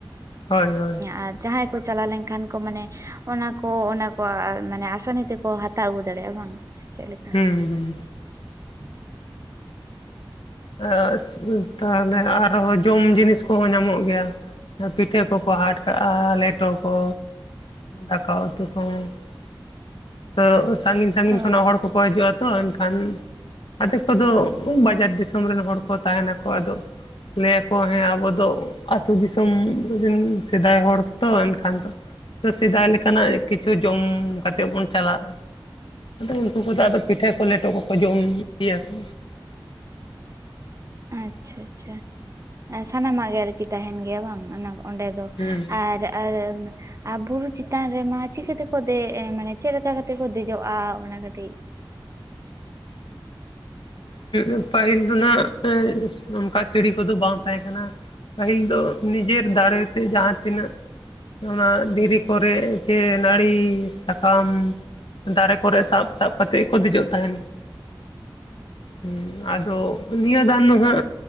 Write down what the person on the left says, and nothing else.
ᱦᱳᱭ ᱦᱳᱭ
ᱦᱩᱸ ᱦᱩᱸ
<unintelligible> ᱛᱟᱦᱞᱮ ᱟᱨᱦᱚᱸ ᱡᱚᱢ ᱡᱤᱱᱤᱥ ᱠᱚᱦᱚᱸ ᱧᱟᱢᱚᱜ ᱜᱮᱭᱟ ᱯᱤᱴᱷᱟᱹ ᱠᱚᱠᱚ ᱦᱟᱴ ᱠᱟᱜᱼᱟ ᱞᱮᱴᱚ ᱠᱚ ᱫᱟᱠᱟ ᱩᱛᱩ ᱠᱚ <unintelligible> ᱥᱟᱺᱜᱤᱧ ᱥᱟᱺᱜᱤᱧ
ᱠᱷᱚᱱᱟᱜ ᱦᱚᱲ ᱠᱚᱠᱚ ᱦᱤᱡᱩᱜᱼᱟ ᱛᱚ ᱮᱱᱠᱷᱟᱱ ᱟᱫᱷᱮᱠ ᱠᱚᱫᱚ ᱵᱟᱡᱟᱨ ᱫᱤᱥ ᱥᱚᱢ ᱨᱮᱱ ᱦᱚᱲ ᱠᱚ ᱛᱟᱦᱮᱱᱟᱠᱚ ᱟᱫᱚ ᱞᱟᱹᱭᱟᱠᱚ ᱦᱮᱸ ᱟᱵᱚ ᱫᱚ ᱟᱹᱛᱩ ᱫᱤᱥᱚᱢ ᱨᱮᱱ ᱥᱮᱫᱟᱭ ᱦᱚᱲ ᱛᱚ ᱮᱱᱠᱷᱟᱱ ᱫᱚ ᱛᱚ ᱥᱮᱫᱟᱭ ᱞᱮᱠᱟᱱᱟᱜ ᱠᱤᱪᱷᱩ ᱡᱚᱢ ᱠᱟᱛᱮᱫ ᱵᱚᱱ ᱪᱟᱞᱟᱜᱼᱟ ᱦᱩᱸ ᱩᱱᱠᱩ ᱫᱚ ᱟᱫᱚ ᱯᱤᱴᱷᱟᱹ ᱠᱚ ᱞᱮᱴᱚ ᱠᱚᱠᱚ ᱡᱚᱢ ᱜᱮᱭᱟ ᱠᱚ
ᱦᱩᱸ
ᱩᱸ ᱯᱟᱹᱦᱤᱞ ᱫᱚ ᱱᱟᱜ <unintelligible> ᱚᱱᱠᱟ ᱥᱤᱲᱤ ᱠᱚᱫᱚ ᱵᱟᱝ ᱛᱟᱦᱮᱸ ᱠᱟᱱᱟ ᱯᱟᱹᱦᱤᱞ ᱫᱚ ᱱᱤᱡᱮᱨ ᱫᱟᱲᱮᱛᱮ ᱡᱟᱦᱟᱸ ᱛᱤᱱᱟᱹᱜ ᱚᱱᱟ ᱫᱷᱤᱨᱤ ᱠᱚᱨᱮ ᱥᱮ ᱱᱟᱹᱲᱤ ᱥᱟᱠᱟᱢ ᱫᱟᱨᱮ ᱠᱚᱨᱮ ᱥᱟᱵ ᱥᱟᱵ ᱠᱟᱛᱮᱫ ᱜᱮᱠᱚ ᱫᱮᱡᱚᱜ ᱛᱟᱦᱮᱱ ᱦᱩᱸ ᱟᱫᱚ ᱱᱤᱭᱟᱹ ᱫᱟᱱ ᱫᱚᱦᱟᱜ